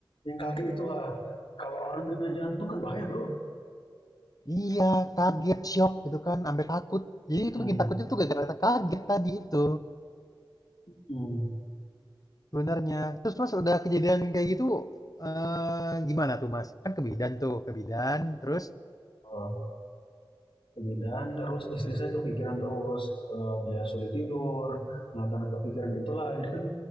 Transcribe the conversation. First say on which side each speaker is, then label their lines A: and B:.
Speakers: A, on the left (about 75°); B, on the left (about 45°).
A: yang kaget itulah kalau orang kena jantung kan bahaya bro.
B: Iya, kaget, shock gitu kan, sampai takut. Jadi
A: Hmm.
B: itu bikin takutnya tuh gara-gara kaget tadi itu
A: Hmm.
B: sebenarnya. Terus Mas udah kejadian kayak gitu eh, gimana tuh Mas? Kan ke bidan tuh, ke bidan terus
A: Eh, kemudian terus istri saya kepikiran terus Eh, dia sulit tidur. Nah karena kepikiran itulah jadi kan